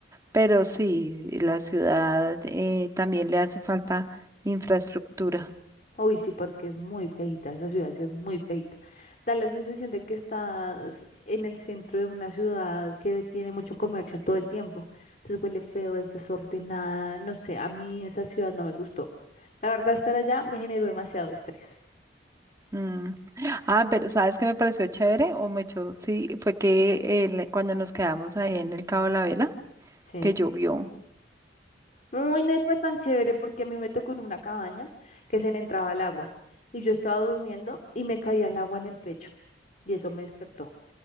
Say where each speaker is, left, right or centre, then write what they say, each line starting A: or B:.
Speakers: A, on the right; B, on the left.
A: Pero sí, la ciudad eh, también le hace falta infraestructura.
B: Uy, sí, porque es muy feita, esa ciudad sí es muy feita. Da la sensación de que estás en el centro de una ciudad que tiene mucho comercio todo el tiempo. Entonces huele feo, es desordenada, no sé, a mí esa ciudad no me gustó. La verdad, estar allá me generó demasiado estrés.
A: Mm. Ah, pero ¿sabes qué me pareció chévere? O me echó, sí, fue que el- cuando nos quedamos ahí en el Cabo de la Vela,
B: Sí.
A: que llovió.
B: Uy, no fue tan chévere porque a mí me tocó en una cabaña que se le entraba el agua y yo estaba durmiendo y me caía el agua en el pecho y eso me despertó.